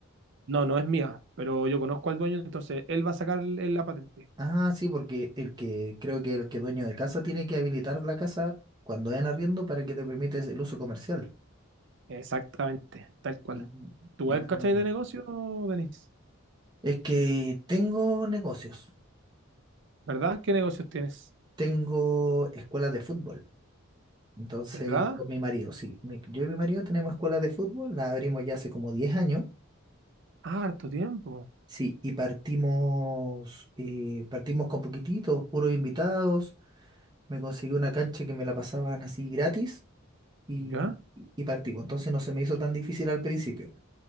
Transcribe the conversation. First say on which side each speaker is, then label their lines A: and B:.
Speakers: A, on the right (about 55°); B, on the right (about 20°).
A: No, no es mía, pero yo conozco al dueño, entonces él va a sacar el- la patente.
B: Ah, sí, porque el que creo que el que dueño de casa tiene que habilitar la casa cuando en arriendo para que te permites el uso comercial.
A: Exactamente, tal cual.
B: Mm.
A: ¿Tú
B: Ah,
A: eres cachai
B: mira.
A: de negocio, Denis?
B: Es que tengo negocios,
A: ¿Verdad? ¿Qué negocios tienes?
B: tengo escuelas de fútbol. Entonces,
A: ¿Verdad?
B: con mi marido, sí. mi- yo y mi marido tenemos escuelas de fútbol, la abrimos ya hace como 10 años.
A: Ah, harto tiempo.
B: Sí, y partimos, eh, partimos con poquititos, puros invitados. Me conseguí una cancha que me la pasaban así gratis. y,
A: ¿Ya?
B: y partimos. Entonces no se me hizo tan difícil al principio.